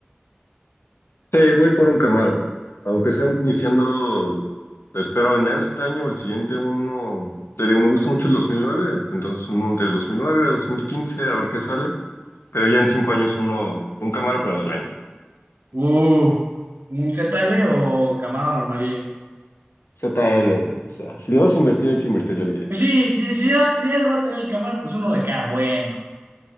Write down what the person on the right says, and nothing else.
Uf, ¿un ZL o Camaro normalillo?
Pues sí, sí, si ya, si ya voy a tener el cámara, pues uno de cada bueno.